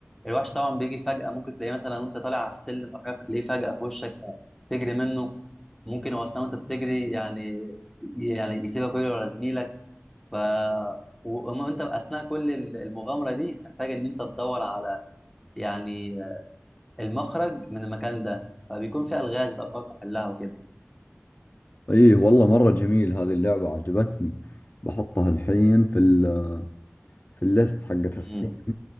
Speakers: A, in the centre; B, on the left.
A: الوحش طبعا بيجي فجاه ممكن تلاقيه مثلا وانت طالع على السلم ولا حاجه فتلاقيه فجاه في وشك فتجري منه ممكن هو اثناء وانت بتجري يعني يعني يسيبك ويجري ورا زميلك ف وانت اثناء كل المغامره دي بتحتاج ان انت تدور على يعني المخرج من المكان ده فبيكون في الغاز بقى بتقعد تحلها وكده
B: اي والله مرة جميل هذه اللعبة عجبتني بحطها الحين في ال في الليست حقت ستيم
A: مم.